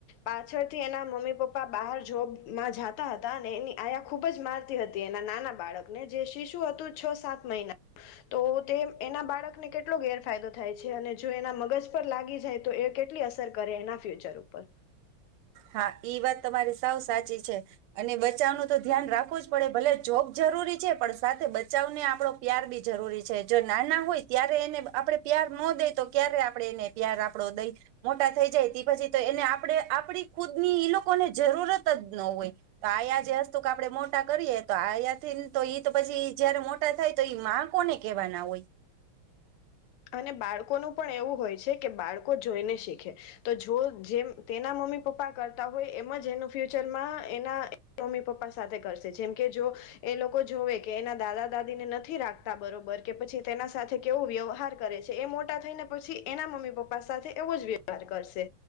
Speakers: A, on the left; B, on the right.
A: પાછળથી એના મમ્મી પપ્પા બહાર જોબ માં જાતા હતા અને એની આયા ખૂબ જ મારતી હતી એના નાના બાળકને જે શિશુ હતું છ સાત મહિના તો એના બાળકને કેટલો ગેરફાયદો થાય છે અને જો એના મગજ પર લાગી જાય તો એ કેટલી અસર કરે એના ફ્યુચર ઉપર
B: હા ઈ વાત તમારી સાવ સાચી છે અને બચાવનું તો ધ્યાન રાખવું જ પડે ભલે જોબ જરૂરી છે પણ સાથે બચાવને આપણો પ્યાર બી જરૂરી છે જો નાના હોય ત્યારે એને આપણે પ્યાર ન દઈ તો ક્યારે આપણે એને પ્યાર આપણો દઈ મોટા થઈ જાય તે પછી તો એને આપણે આપડી ખુદ ની ઈ લોકોને જરૂરત જ ન હોય તો આયા જે હસ્તુ આપડણે મોટા કરીએ તો આયાથીને તો ઈ તો પછી જયારે મોટા થાય તો ઈ માં કોને કહેવાના હોય
A: અને બાળકોનું પણ એવું હોય છે કે બાળકો જોઈને શીખે તો જો જેમ તેના મમ્મી પપ્પા કરતા હોય એમ જ એનું ફ્યુચરમાં એના મમ્મી પપ્પા સાથે કરશે જેમ કે જો એ લોકો જોવે કે એના દાદા દાદીને નથી રાખતા બરોબર કે પછી તેના સાથે કેવો વ્યવહાર કરે છે એ મોટા થઈ ને પછી એના મમ્મી પપ્પા સાથે એવો જ વ્યવહાર કરશે